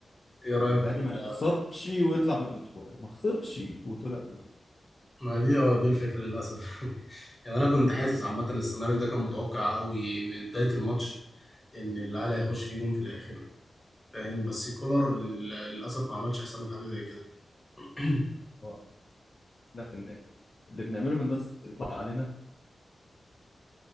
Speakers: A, on the left; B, on the left.
A: ايه رايك
B: إن الأهلي
A: في ال-
B: ما يخسرش ويطلع من البطولة ما خسرش وطلع من
A: ما دي اه دي الفكره للاسف <laughs> يعني انا كنت حاسس عامه السيناريو ده كان متوقع قوي من بدايه الماتش ان الاهلي هيخش فيه جون في الاخر فاهم بس كولر لل- للاسف ما عملش حسابه في حاجه زي كده <clears throat>
B: البطولة لا، اللي بنعمله في النص يطلع علينا